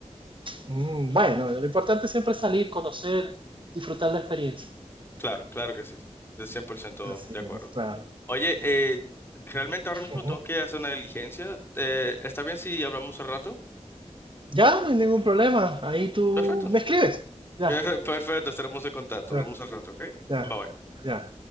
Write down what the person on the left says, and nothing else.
Claro, claro que sí. De cien por ciento
de
acuerdo.
Oye, eh, realmente ahora mismo
tengo que hacer una diligencia. Eh, ¿está bien si hablamos al rato?
Perfecto.
<laughs>
Per- Perfecto, estaremos en contacto.
Hablamos al rato, ¿ok?
Bye bye.